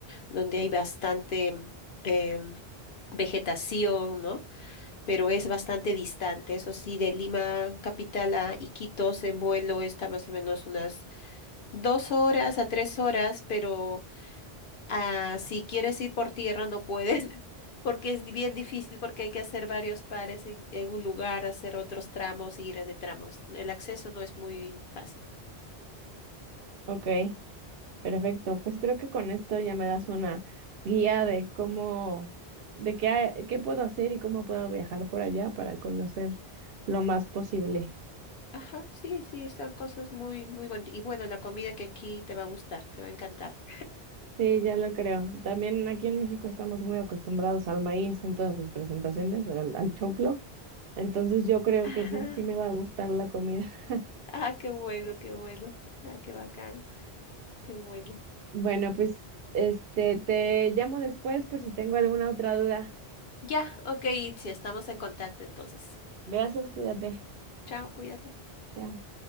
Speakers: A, on the left; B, on the right.
A: donde hay bastante em, vegetación, ¿no? pero es bastante distante. Eso sí, de Lima capital a Iquitos en vuelo está más o menos unas dos horas a tres horas, pero ah, si quieres ir por tierra no puedes, <laughs> porque es bien difícil, porque hay que hacer varios pares en, en un lugar, hacer otros tramos, ir de tramos. El acceso no es muy fácil.
B: Ok, perfecto. Pues creo que con esto ya me das una guía de cómo, de qué, ha- qué puedo hacer y cómo puedo viajar por allá para conocer lo más posible.
A: Ajá, sí, sí, están cosas muy, muy bonitas. Y bueno, la comida que aquí te va a gustar, te va a encantar.
B: Sí, ya lo creo. También aquí en México estamos muy acostumbrados al maíz en todas sus presentaciones, al, al choclo. Entonces yo creo
A: Ajá.
B: que sí, sí me va a gustar la comida. <laughs>
A: Ah, qué bueno, qué bueno. Ah, qué bacán, qué bueno.
B: Bueno, pues este te llamo después por si tengo alguna otra duda.
A: Ya, ok, Itzi, estamos en contacto entonces.
B: Gracias, cuídate.
A: Chao, cuídate.
B: Chao.